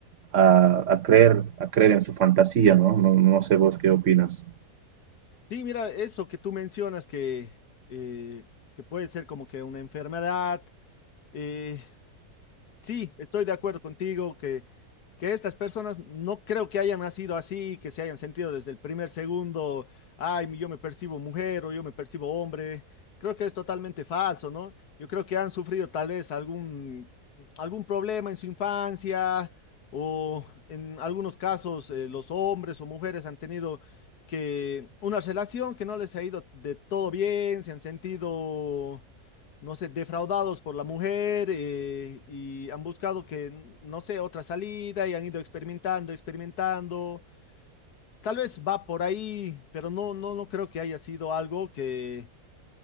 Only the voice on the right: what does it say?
a, a creer, a creer en su fantasía, ¿no? ¿no? no sé vos qué opinas.